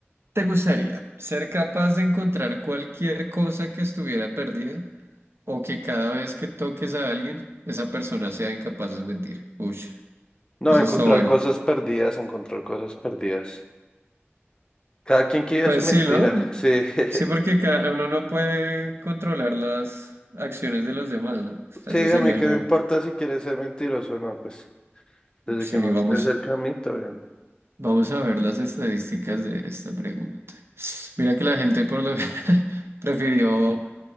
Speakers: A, on the right; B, on the left.
A: te gustaría? ¿Ser capaz de encontrar cualquier cosa que estuviera perdida? ¿O que cada vez que toques a alguien, esa persona sea incapaz de mentir? Uy,
B: No,
A: esa
B: encontrar
A: está buena.
B: cosas perdidas, encontrar cosas perdidas. Cada quien que viva
A: Pues
B: su mentira.
A: sí, ¿no?
B: Sí, <laughs>
A: Sí, porque ca- uno no puede controlar las acciones de los demás, ¿no? Eso
B: sí,
A: sería
B: a mí qué
A: algo,
B: me importa si quiere ser mentiroso o no, pues desde
A: sí,
B: que no esté
A: vamos.
B: cerca a mí, todo bien.
A: Vamos a ver las estadísticas de esta pregunta. Mira que la gente por lo <laughs> prefirió,